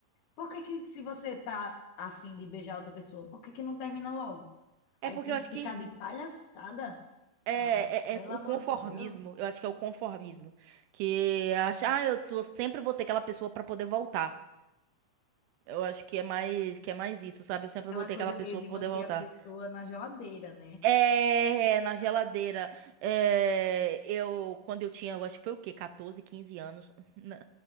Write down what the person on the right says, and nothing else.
É
porque
eu acho
que
É,
é, é o
conformismo,
eu acho que é o conformismo, que acha, ah, eu tô- sempre vou ter aquela pessoa pra poder voltar. Eu acho que é mais que é mais isso, sabe? Eu sempre
vou ter
aquela pessoa
pra
poder voltar.
É, na geladeira. É, eu, quando eu tinha, eu acho que foi o quê? catorze, quinze anos. <laughs> Não,